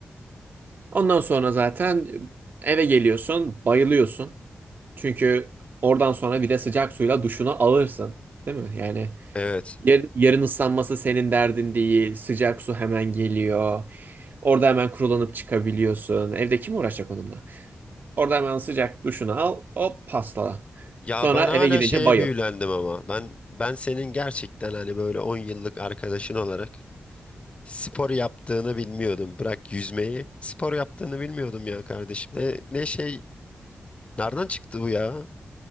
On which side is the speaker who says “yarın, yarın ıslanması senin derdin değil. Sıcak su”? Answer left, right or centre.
Right